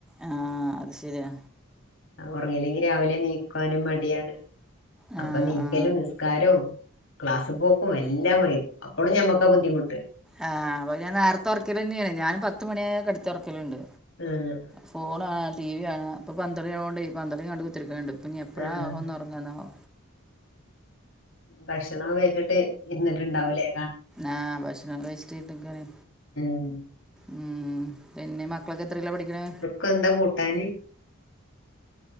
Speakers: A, in the centre; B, on the left.
A: ആഹ് അത് ശരിയാ
B: അഹ് ഉറങ്ങീല്ലെങ്കി രാവിലെ നീക്കാനും മടിയാണ്
A: ആ
B: അപ്പ നീക്കലും
A: ആ
B: നിസ്കാരോം ക്ലാസ് പോക്കും എല്ലാം വൈകും അപ്പളും ഞമ്മക്കബുദ്ധിമുട്ട്
A: ആഹ് അപ്പൊ ഞാൻ നേറ്ത്തെ ഒറക്കിയേ തന്നെണ് ഞാനും പത്തുമണിയായ ക്കെടത്തി ഒറക്കലുണ്ട്
B: ആഹ്
A: ഫോണ് കാണാ ടി വി കാണാ ഇപ്പ പന്തളി ആയൊണ്ട് പന്തളി കണ്ട് കുത്തിരിക്ണണ്ട് ഇപ്പഞ്ഞി എപ്പോഴാ
B: ആഹ്
A: ഒന്ന് ഒറങ്ങാന്നാവോ
B: ഭക്ഷണം കഴിച്ചിട്ട് ഇരുന്നിട്ട്ണ്ടാവൂലേ
A: ആഹ് ഭക്ഷണം കയ്ച്ചിട്ട്ര്ന്ന്ക്കാണ്
B: ഉം
A: ഉം പിന്നെ മക്കളൊക്കെത്രീല പഠിക്ക്ണെ
B: ക്കൊന്താ കൂട്ടാന്